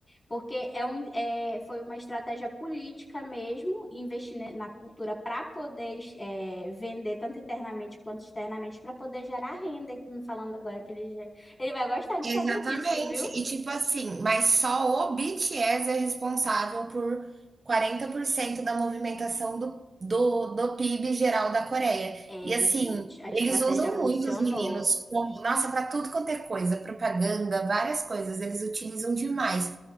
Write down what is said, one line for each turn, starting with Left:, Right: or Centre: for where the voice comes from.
Left: porque é um, é, foi uma estratégia política mesmo, investir ne- na cultura para poder é, vender tanto internamente quanto externamente, para poder gerar renda. E tu me falando agora que ele, já- ele vai gostar de
Right: Exatamente.
Left: saber disso, viu?
Right: E tipo assim, mas só o BTS é responsável por 40% da movimentação do, do, do PIB geral da Coreia.
Left: É,
Right: E assim,
Left: gente, a estratégia
Right: eles usam
Left: funcionou.
Right: muito os meninos como, nossa, para tudo quanto é coisa, propaganda, várias coisas, eles utilizam demais.